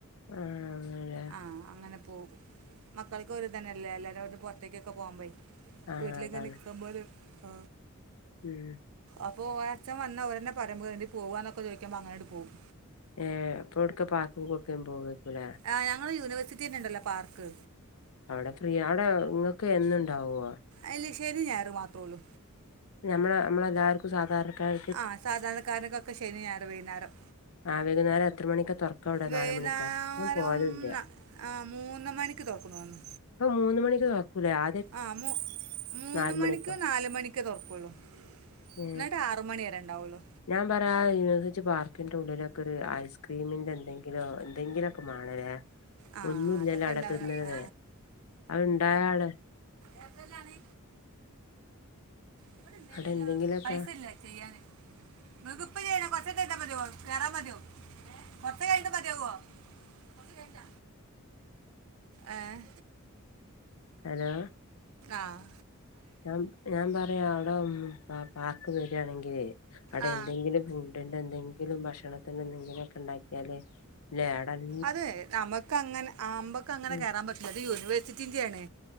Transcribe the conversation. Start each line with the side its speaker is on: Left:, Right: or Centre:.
Left: ആഹ ആണെലെ.
Right: ആഹ, അങ്ങനെ പോവും, മക്കൾക്ക് ഒരുതന്നല്ലേ എല്ലാരും കൂടി പുറത്തേക്കൊക്കെ പോകുമ്പേ.
Left: ആഹ്
Right: വീട്ടിലൊക്കെ
Left: അതാണ്
Right: ഇങ്ങെനെ ഇരികുമ്പേഴും. ആ...
Left: ഉം.
Right: അപ്പൊ ഒര അഛൻ വന്ന ഒരേന്നെ പറയും ണ്ടി പോവാന്നൊക്കെ ചോദിക്കുമ്പോ അങ്ങനട്ട് പോവും.
Left: ഏഹ, അപ്പ ഇവിടുക്കെ പാർക്ക് കൊടുക്കേലും പോകേക്കുലേ?
Right: ആഹ ഞങ്ങൾ യൂണിവേഴ്സിറ്റി തന്നെ ഉണ്ടല്ലോ പാർക്ക്.
Left: അവിടെ ഫ്രീ അവിടെ ഇങ്ങക്ക് എന്നുണ്ടാവുവോ?
Right: അല്ല, ശനിം ഞായറും മാത്രള്ളു.
Left: ഞമ്മളെ നമ്മളെല്ലാർക്കും സാധാരണക്കാർ
Right: ആഹ് സാധാരണക്കാരനക്കൊക്കെ ശനി ഞായർ വൈന്നേരം.
Left: ആ വൈകുന്നേരം എത്ര മണിക്കാ തുറക്ക അവിടെ
Right: വൈന്നാരം
Left: നാല് മണിക്കാ ഞാൻ പോവലില്ല
Right: ആഹ് മൂന്ന് മണിക്ക് ക്ക്‌തോക്കുന്നുന്ന്.
Left: പ മൂന്ന് മണിക്ക് തൊർക്കൂലേ? ആ..
Right: ആഹ് മൂ മൂന്ന്
Left: നാല്
Right: മണിക്ക്
Left: മണിക്കോ
Right: നാല് മണി... ക്ക് തൊർക്കുള്ളൂ,
Left: ഏ
Right: എന്നിട്ട് ആറ് മണി വരെ ഉണ്ടാവുള്ളൂ.
Left: ഞാൻ പറയാ യൂണിവേഴ്സിറ്റി പാർക്കിന്റെ ഉള്ളിലൊക്കെ ഒരു ഐസ്ക്രീമിന്റെ എന്തെങ്കിലോ എന്തെങ്കിലൊക്കെ മാണല്ലേ.
Right: ആ
Left: ഒന്നുംല്ലല്ലോ
Right: അതൊക്കെ
Left: അവിടെ
Right: ഉണ്ടാവും
Left: തിന്ന്ണത്.
Right: ആ.
Left: അത് ഇണ്ടായ ആള്...
Right: ഏർട്ടലാണ്? ഇവിടെ ഇണ്ടയിനല്ലോ,
Left: അവിടെ എന്തെങ്കിലൊക്കെ
Right: പൈസ ഇല്ല ചെയ്യന്, ഇങ്ങക്ക് ഇപ്പോ ചെയ്യണോ? കൊർ കൊർച്ച കഴഞ്ഞാൽ മതിയാവോ? കയറാ മതിയാ, കൊർച്ച കഴിഞ്ഞിട്ട് മതിയാവോ? കോർച്ച കഴ്ഞ്ഞിട്ട? ഏഹ്
Left: ഹലോ?
Right: ആഹ്
Left: ഞാൻ ഞാൻ പറയാ അവിടെ പാർക്ക് വരിയാണെങ്കില് അവിടെ
Right: ആ
Left: എന്തെങ്കിലും... വടിന്റെ എന്തെങ്കിലും ഭക്ഷണത്തിന്റെ എന്തെങ്കിലൊക്കെ ഉണ്ടാക്കിയാല്. ലേടൻ...
Right: അത് നമക്ക് അങ്ങനെ അമ്പക്ക് അങ്ങനെ
Left: ഉം
Right: കയറാൻ പറ്റില്ല, അത് യൂണിവേഴ്സിറ്റി യാണ്.